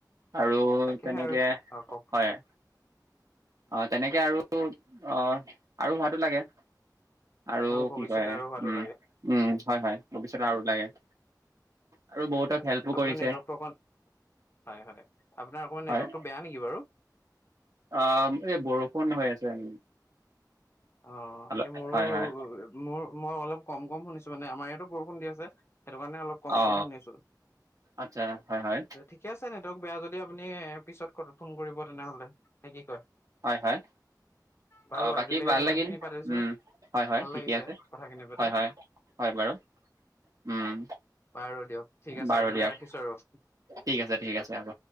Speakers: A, on the right; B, on the left.
A: আৰু
B: তাকেহে
A: তেনেকে
B: আৰু অ কওক
A: হয়। অ তেনেকে আৰু অ আৰু হোৱাতো লাগে। আৰু
B: ভৱিষ্যতে
A: কি কয় উম
B: আৰু হোৱাটো লাগে
A: উম হয় হয় ভৱিষ্যত আৰু
B: হয়
A: লাগে। আৰু বহুতক
B: হয় হয়
A: হেল্পো
B: আপোনাৰ
A: কৰিছে।
B: নেটৱৰ্কটো অকণ হয় হয় আপোনাৰ অকণমান
A: হয়
B: নেটৱৰ্কটো বেয়া নেকি বাৰু?
A: অ এই বৰষুণ হৈ আছে।
B: অ
A: অলপ
B: একে মোৰো
A: হয় হয়
B: মোৰ মই অলপ কম কম শুনিছো মানে আমাৰ ইয়াতো বৰষুণ দি আছে সেইটো কাৰণে অলপ। কম
A: অ
B: কম শুনিছো।
A: আচ্ছা হয় হয়।
B: ঠিকে আছে ন তক বেয়া যদি আপুনি পিছত ফোন কৰিব তেনেহ'লে নে কি কয়।
A: হয় হয়
B: বাৰু
A: অ বাকী
B: আজিলৈকে
A: বাদ। ভাল
B: যিমান
A: লাগিল
B: খিনি পাতিছো
A: হয় হয়
B: ভাল
A: ঠিকে
B: লাগিছে
A: আছে
B: কথাখিনি পাতি।
A: হয় হয় হয় বাৰু। উম।
B: বাৰু দিয়ক ঠিক আছে
A: বাৰু
B: আজিলৈ
A: দিয়ক
B: ৰাখিছো আৰু।
A: ঠিক আছে ঠিক আছে হ'ব।